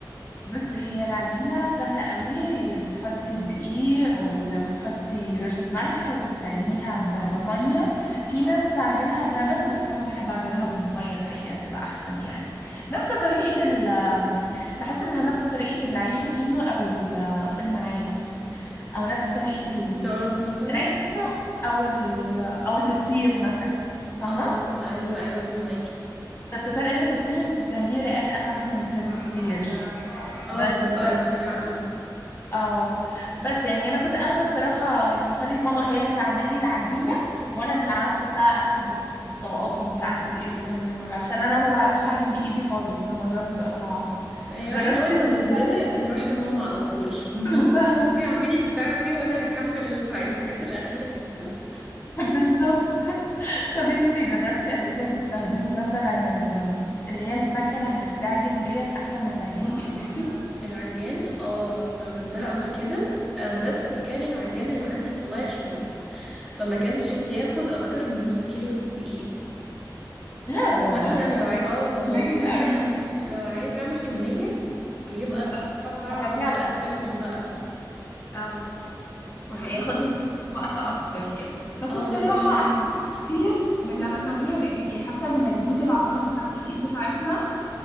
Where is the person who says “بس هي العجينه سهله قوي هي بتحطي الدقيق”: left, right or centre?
Left